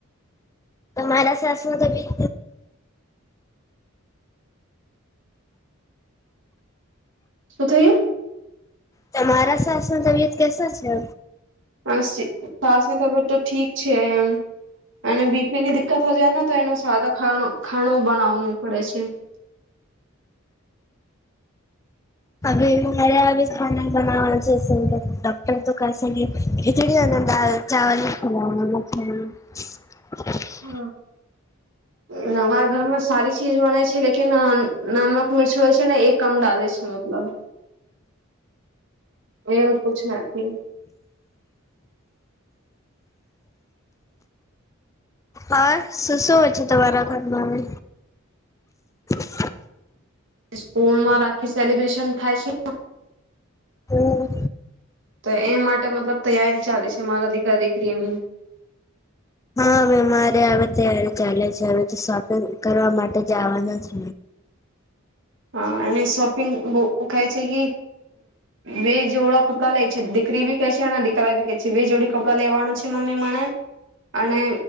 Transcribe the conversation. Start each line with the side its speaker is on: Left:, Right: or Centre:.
Left: મારા શસમાં તો બી
Right: શું થઈ
Left: તમારા સાસમાં તબિયત કેસા છે
Right: શ્વાસની તબિયત તો ઠીક છે એમ અને બીપીની દિકકત હો જાય ને તો એનો સાદા ખ ખાણું બનાવું પડે છે
Left: અ મારે ખાનો બનાવા છે ડક્ટર તો ક ખચડી દ ચાવલ ખ <unintelligible>
Right: હ હમારા ઘરમાં સારી ચીજ બને છે લકીન નમક મિર્ચ હોય છે ને એ કમ ડલેે છે મતલબ એમ કુંછ નથી
Left: હ શું શું વેચે તમારા કરમા આવે <inaudible>
Right: સ્કૂલ માં રાખી સેલિબ્રેશન થાય છે
Left: હમ
Right: તો એ માટે મતલબ તૈયારી ચાલી છે મારા દીકરા દીકરીની
Left: હા અવે મારે હવે ત્યારી ચાલે છે હવે તો શોપિંગ કરવા માટે જાવાના છે
Right: હ અને શોપિંગ બો કાઈ કે કી બે જોડા કપડાં લે છે દીકરી ભી કહે છે અને દીકરા ભી કહે છે વે જોડી કપડાં લેવાનો છે મમ્મી મને અને